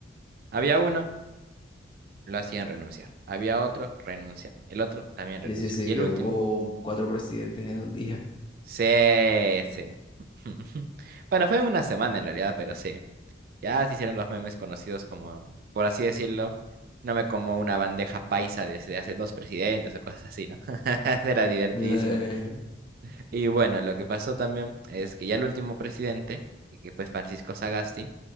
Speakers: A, on the right (about 50°); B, on the left (about 25°).
A: había uno. lo hacían renunciar. Había otro, renunciaba. El otro también
B: Sí,
A: renunció.
B: sí, sí,
A: Y el
B: que
A: último,
B: hubo cuatro presidentes en un día.
A: sí, sí. <laughs> Bueno, fue una semana en realidad, pero sí. Ya se hicieron los memes conocidos como, por así decirlo, no me como una bandeja paisa desde hace dos presidentes o cosas así, ¿no? <laughs> Era divertidísimo.
B: <laughs>
A: Y bueno, lo que pasó también es que ya el último presidente, y que fue Francisco Sagasti,